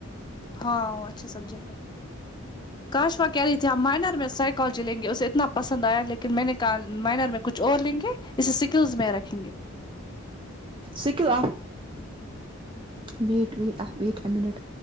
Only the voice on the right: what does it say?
سکل آف بیٹ بیٹ آ بیٹ اے منٹ